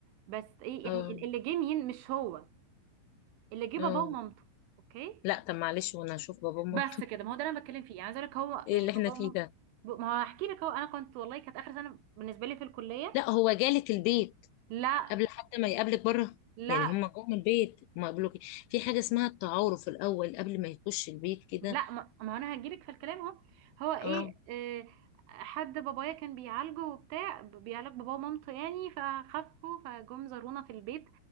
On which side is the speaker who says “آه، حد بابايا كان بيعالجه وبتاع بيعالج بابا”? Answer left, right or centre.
Right